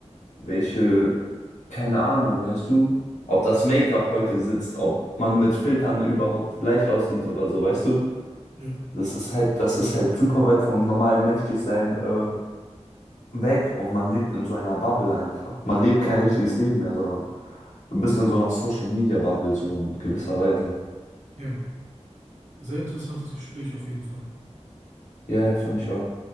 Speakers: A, on the left (about 80°); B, on the right (about 80°).
A: welche, keine Ahnung, weißt du, ob das Make-up heute sitzt, ob man mit Filtern überhaupt gleich aussieht oder so, weißt du?
B: ja,
A: Das ist halt, das ist halt super weit vom normalen Menschlichsein äh, weg und man lebt in so einer Bubble einfach. Man lebt kein richtiges Leben mehr, sondern du bist in so einer Social-Media-Bubble, so in gewisser Weise.
B: ja. Sehr interessantes Gespräch auf jeden Fall.
A: Ja, ja, fand ich auch.